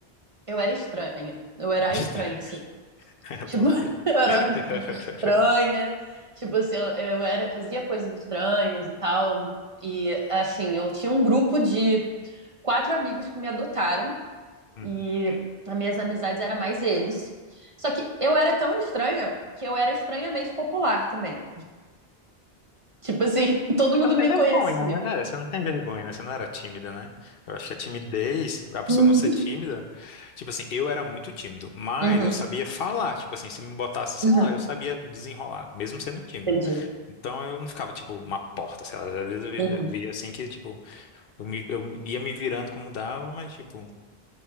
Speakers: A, on the right (about 35°); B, on the left (about 65°).
A: eu era estranha.
B: <laughs>
A: Eu era
B: Estranho,
A: a estranha, assim. Tipo,
B: <laughs> por
A: <laughs>
B: quê?
A: eu era
B: <laughs>
A: estranha. Tipo, assim, eu eu era, fazia coisas estranhas e tal. E, assim, eu tinha um grupo de quatro amigos que me adotaram.
B: Hum.
A: E as minhas amizades eram mais eles. Só que eu era tão estranha que eu era estranhamente popular também. Tipo assim, <laughs> todo
B: Você
A: mundo
B: não tem
A: me
B: vergonha,
A: conhecia.
B: né? É, Você não tem vergonha, né? Você não era tímida, né? Eu acho que a timidez, a pessoa
A: Uhum.
B: não ser tímida, tipo assim, eu era muito tímido, mas
A: Uhum,
B: eu sabia falar, tipo assim, se me botasse, sei
A: Uhum.
B: lá, eu sabia desenrolar, mesmo sendo tímido.
A: Entendi.
B: Então eu não ficava, tipo, uma porta, sei lá, às vezes eu vi-
A: Uhum.
B: eu via assim que, tipo, eu, me- eu ia me virando como dava, mas, tipo,